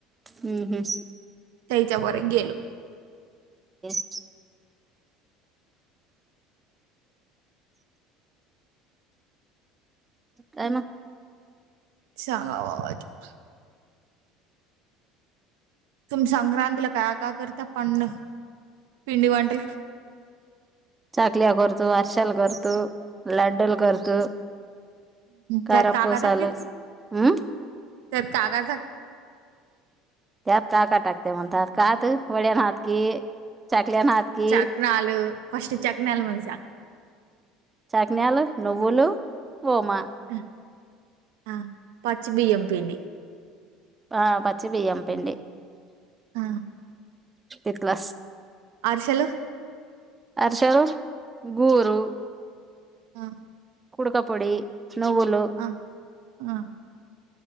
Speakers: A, on the right (about 15°); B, on the right (about 80°).
A: हम्म हम्म
B: त्याच्या बर गेलो
A: <unintelligible> काय मग.
B: चांगला <unintelligible> तुम्ही संक्रांतीला काय का करता पंड पिंडी वातीलल.
A: चकल्या करतं, <unintelligible> लाडुल करतो
B: त्यात
A: कारपूसाल
B: काका टाकते
A: ह.
B: त्यात कागज
A: त्यात काका टाकते म्हणतात कात वड्यान हात की चाकल्यान हात. की
B: <inaudible>
A: चकन्याल <inaudible>
B: ह ह पच बियम पिंडी <inaudible>
A: ह पचि बिय्यम पिंडी.
B: हा
A: एक ग्लास <inaudible>
B: आरशल.
A: अरशार गोर <inaudible>
B: ह.
A: कुडकापोली नवल
B: हा हम.